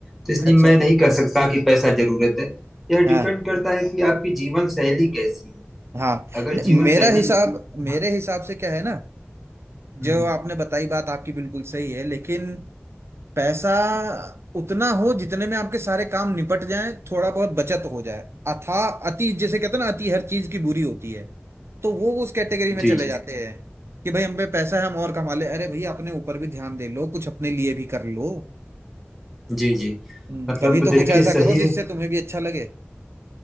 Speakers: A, in the centre; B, on the right.
A: तो इसलिए
B: अच्छा
A: मैं
B: अच्छा
A: नहीं कह सकता कि पैसा जरूरत है यह
B: हाँ
A: डिपेंड करता है कि आपकी जीवन शैली कैसी है
B: हाँ
A: अगर
B: नहीं,
A: जीवन
B: मेरा
A: शैली
B: हिसाब मेरे
A: हाँ
B: हिसाब से क्या है ना
A: हम्म,
B: जो
A: हम्म,
B: आपने बताई बात आपकी बिल्कुल सही है लेकिन पैसा उतना हो जितने में आपके सारे काम निपट जाएं थोड़ा बहुत बचत हो जाए अथा अति जैसे कहते हैं ना अति हर चीज की बुरी होती है तो वो उस कैटेगरी
A: जी
B: में चले
A: जी
B: जाते हैं कि भाई हम पे पैसा है हम और कमा ले अरे भाई अपने ऊपर भी ध्यान दे लो कुछ अपने लिए भी कर लो
A: जी जी
B: हम्म
A: मतलब
B: कभी तो
A: देखिए
B: कुछ हम्म। ऐसा
A: सही
B: करो
A: है
B: जिससे तुम्हें भी अच्छा लगे